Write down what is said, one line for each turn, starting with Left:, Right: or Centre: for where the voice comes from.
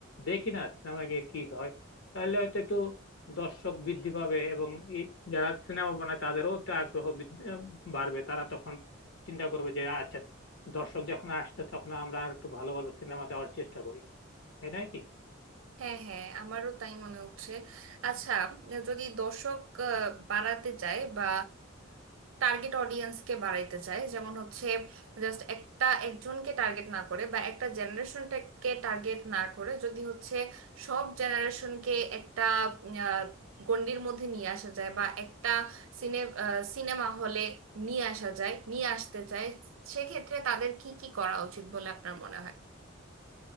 Left: দেখি না সিনেমা গিয়ে কি হয় তাহলে হয়তো একটু দর্শক বৃদ্ধি পাবে এবং এই যারা সিনেমা বানায় তাদেরও একটু আগ্রহ বৃদ্ধি- বাড়বে তারা তখন চিন্তা করবে যে আচ্ছা দর্শক যখন আসছে তখন আমরা আর একটু ভালো ভালো সিনেমা দেওয়ার চেষ্টা করি তাই নয় কি
Right: হ্যাঁ হ্যাঁ আমারও তাই মনে হচ্ছে আচ্ছা যদি দর্শক আহ, বাড়াতে চায় বা টার্গেট অডিয়েন্সকে বাড়াইতে চায় যেমন হচ্ছে জাস্ট একটা একজনকে টার্গেট না করে বা একটা জেনারেশনটাকে টার্গেট না করে যদি হচ্ছে সব জেনারেশনকে একটা উম, আহ, গণ্ডির মধ্যে নিয়ে আসা যায় বা একটা সিনে সিনেমা হলে নিয়ে আসা যায় নিয়ে আসতে চায় সেক্ষেত্রে তাদের কি কি করা উচিত বলে আপনার মনে হয়